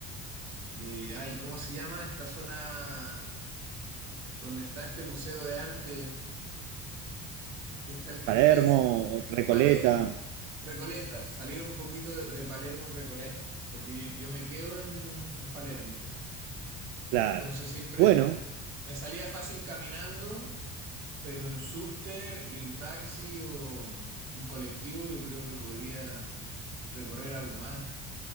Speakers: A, on the right (about 90°); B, on the right (about 70°).
A: de, ay, ¿cómo se llama? Esta zona donde está este museo de arte, que está el café,
B: Palermo,
A: se me-
B: Recoleta.
A: Palermo, Recoleta, salir un poquito de, de Palermo y Recoleta, porque yo, yo me quedo en en Palermo.
B: Claro.
A: Entonces siempre
B: Bueno,
A: me salía fácil caminando, pero en subte y en taxi o en colectivo yo creo que podría recorrer algo más.